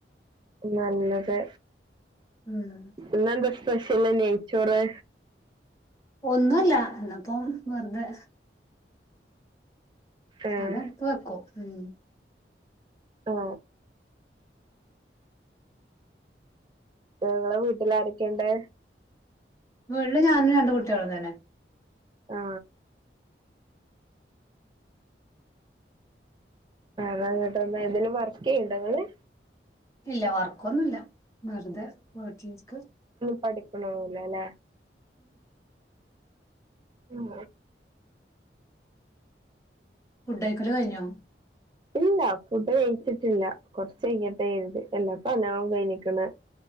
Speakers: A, on the right; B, on the left.
A: നല്ലത്
B: ഉം
A: ഇന്നെന്താ സ് സ്പെഷ്യല്ല് നെയ്ച്ചോറ്
B: ഒന്നൂല്ല ഇന്നിപ്പം വെറുതെ
A: ഏഹ്
B: അത് എടുത്ത് വെക്കും ഉം
A: ആ നിങ്ങളെ വീട്ടിൽ ആരൊക്കെയുണ്ട്?
B: വീട്ടില് ഞാനും രണ്ട് കുട്ടികളും തന്നെ
A: ആ വേറെയെന്തൂട്ട എന്തേങ്കിലും വർക്ക് ചെയ്യുന്നുണ്ടോങ്ങള്
B: ഇല്ല വർക്കൊന്നുല്ല വെറുതെ വീട്ടിലിരിക്ക്
A: പഠിക്കണവുല്ലല്ലെ ഉം
B: ഫുഡ് കഴിക്കല് കഴിഞ്ഞോ
A: ഇല്ല ഫുഡ് കഴിച്ചിട്ടില്ല കൊറച്ച് കഴിഞ്ഞിട്ട് ഇരുത് എല്ലാ പനൊന്നിനാ എണ്ണീക്കണേ